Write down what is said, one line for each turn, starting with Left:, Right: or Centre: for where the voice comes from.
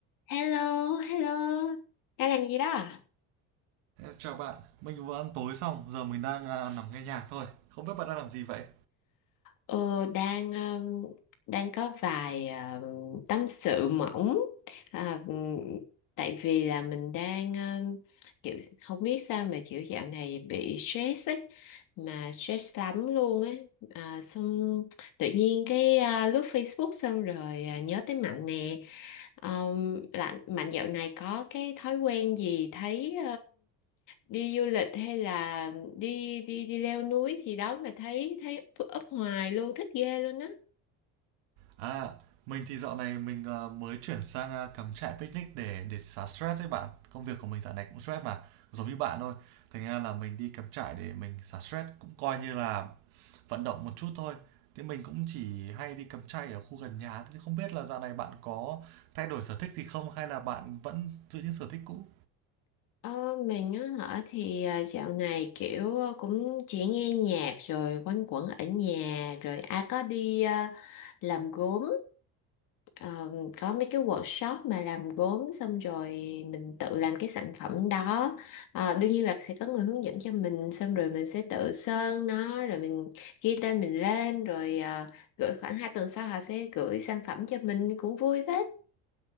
Left: Hello, hello. Đang làm gì đó? à?
Right: chào bạn mình vừa ăn tối xong giờ mình đang à, nằm nghe nhạc thôi không biết bạn đang làm gì vậy
Left: Ờ, đang um, đang có vài um, tâm sự mỏng. À, um, tại vì là mình đang um, kiểu không biết sao mà kiểu dạo này bị stress ấy, mà stress lắm luôn ấy. À, xong tự nhiên cái à, lướt Facebook xong rồi à, nhớ tới Mạnh nè. Um, là Mạnh dạo này có cái thói quen gì thấy đi du lịch hay là đi đi đi leo núi gì đó mà thấy thấy up hoài luôn thích ghê luôn á
Right: à mình thì dạo này mình à, mới chuyển sang à, cắm trại picnic để để xả stress đấy bạn công việc của mình dạo này cũng stress mà giống như bạn thôi thành ra là mình đi cắm trại để mình xả stress cũng coi như là vận động một chút thôi thế mình cũng chỉ hay đi cắm trại ở khu gần nhà thế không biết là dạo này bạn có thay đổi sở thích gì không hay là bạn vẫn giữ những sở thích cũ
Left: Ờ, mình á hả thì à, dạo này kiểu à, cũng chỉ nghe nhạc rồi quanh quẩn ở nhà rồi ai có đi à, làm gốm Ờ, có mấy cái workshop mà làm gốm xong rồi mình tự làm cái sản phẩm đó Ờ, đương nhiên là sẽ có người hướng dẫn cho mình xong rồi mình sẽ tự sơn nó rồi mình ghi tên mình lên rồi à, gửi khoảng 2 tuần sau họ sẽ gửi sản phẩm cho mình cũng vui phết